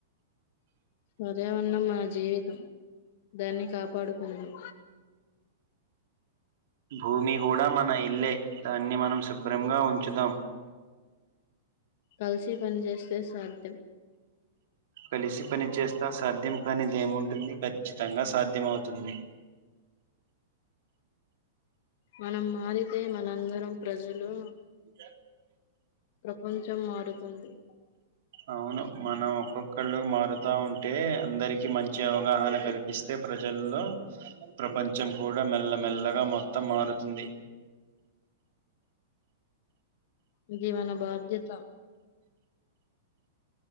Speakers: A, on the left (about 60°); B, on the right (about 65°).
A: పర్యావరణం మన జీవితం దాన్ని కాపాడుకుందాం
B: భూమి కూడా మన ఇల్లే దాన్ని మనం శుభ్రంగా ఉంచుదాం
A: కలిసి పని చేేస్తే సాధ్యం
B: కలిసి పని చేస్తా సాధ్యం కానిదేముంటుంది ఖచ్చితంగా సాధ్యం అవుతుంది
A: మనం మారితే మనందరం ప్రజలు
B: ఇకా
A: ప్రపంచం మారుతుంది
B: అవును మనం ఒక్కొక్కళ్ళు మారుతా ఉంటు అంతే అందరికి మంచి అవగాహన కల్పిస్తే ప్రజల్లో ప్రపంచం కూడా మెల్ల మెల్లగా మొత్తం మారుతుంది
A: ఏది మన బాధ్యత